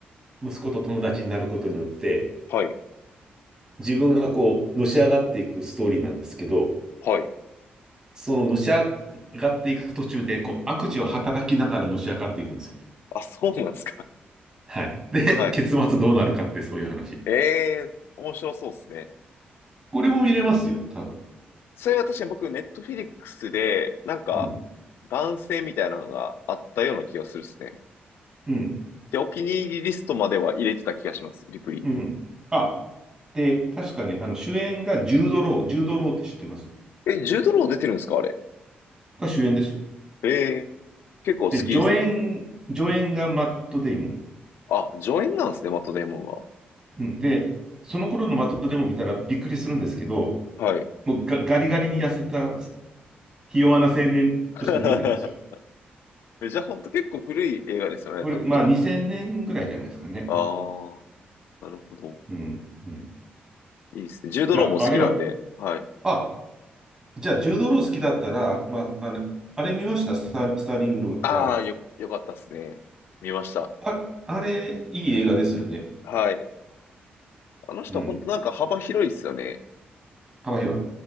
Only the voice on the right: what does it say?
息子と友達になることによって、
自分がこう、のし上がっていくストーリーなんですけど、
そののし上がっていく途中で、こう、悪事を働きながらのし上がっていくんですよ。
はい。で、
結末どうなるかって、そういう話。
これも見れますよ、多分。
うん。
うん。
うん。あで、確かね、あの、主演がジュード・ロー、ジュード・ローって知ってます
が主演ですよ。
で、助演、助演がマット・デイモン。
うん、で、その頃のマット・デイモン見たらびっくりするんですけど、
もうガ、ガリガリに痩せた、ひ弱な青年として出てるんですよ。
これ、
まあ2000年ぐらいじゃないですかね。
うん、うん。い
や、
あれは、
あ、じゃあ、ジュード・ロー好きだったら、まあ、あの、あれ見ましたスター、スターリング・
ラード。
あ、あれ、いい映画ですよね。
うん。
幅広い。